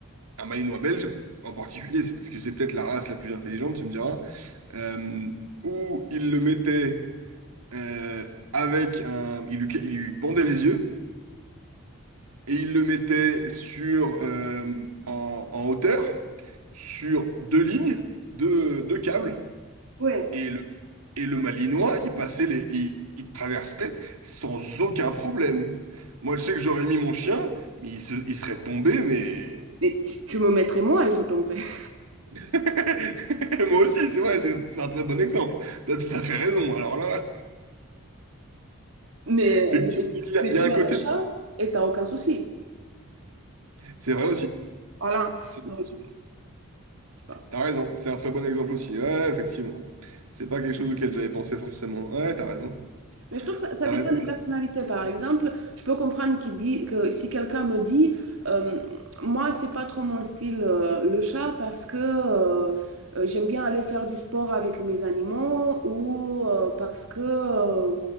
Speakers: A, on the right; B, on the right.
A: un Malinois belge en particulier, c'est parce que c'est peut-être la race la plus intelligente, tu me diras, euh, où ils le mettaient euh, avec un, il lui, il lui bandait les yeux et il le mettait sur euh, en, en hauteur sur deux lignes, deux, deux câbles
B: Ouais.
A: et le et le Malinois, il passait les, il, il traversait sans aucun problème. Moi, je sais que j'aurais mis mon chien, mais il, se- il serait tombé, mais
B: Mais tu, tu me mettrais moi et je tomberais. <laughs>
A: <laughs> moi aussi, c'est vrai, c'est c'est un très bon exemple. T'as tout à fait raison. Alors là,
B: Mais,
A: <laughs>
B: euh,
A: effectivement,
B: mais,
A: il y a,
B: mais
A: il
B: tu
A: y a
B: mets
A: un côté,
B: un chat et t'as aucun souci.
A: c'est vrai
B: Voilà.
A: aussi.
B: Donc, je sais pas.
A: T'as raison, c'est un très bon exemple aussi. Ouais, ouais, effectivement. C'est pas quelque chose auquel j'avais pensé forcément. Ouais, ouais, t'as raison.
B: Mais je trouve que ça, ça
A: T'as
B: dépend
A: raison.
B: des
A: parce
B: personnalités.
A: que-
B: Par exemple, je peux comprendre qu'il dit que si quelqu'un me dit, euh, moi, c'est pas trop mon style, euh, le chat, parce que euh, euh, j'aime bien aller faire du sport avec mes animaux ou euh, parce que, euh,